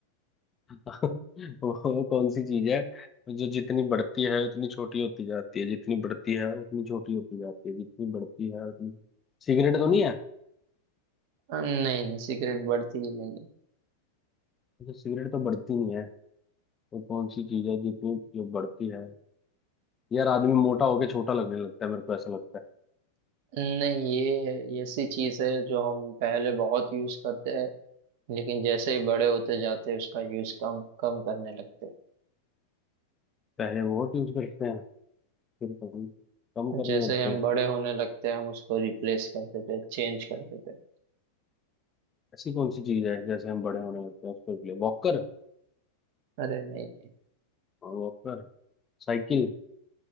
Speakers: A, on the left; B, on the right.
A: <laughs> वो कौन सी चीज है जो जितनी बढ़ती है उतनी छोटी होती जाती है जितनी बढ़ती है उतनी छोटी होती जाती है जितनी बढ़ती है उतनी सिगरेट तो नहीं है
B: नहीं नहीं सिगरेट बढ़ती ही नहीं है।
A: अच्छा, सिगरेट तो बढ़ती नहीं है तो कौन सी चीज है जितनी जो बढ़ती है यार आदमी मोटा होके छोटा लगने लगता है मेरे को ऐसा लगता है
B: नहीं ये ऐसी चीज है जो हम पहले बहुत यूज करते हैं लेकिन जैसे ही बड़े होते जाते हैं उसका यूज कम कम करने लगते
A: पहले बहुत यूज करते हैं फिर कम कम
B: हैं
A: करने
B: जैसे
A: लगते
B: ही हम
A: हैं
B: बड़े होने लगते हैं हम उसको रिप्लेस कर देते हैं चेंज कर देते हैं
A: ऐसी कौन सी चीज है जैसे हम बड़े होने लगते हैं उसको लिए वॉकर
B: अरे नहीं नहीं
A: Walker cycle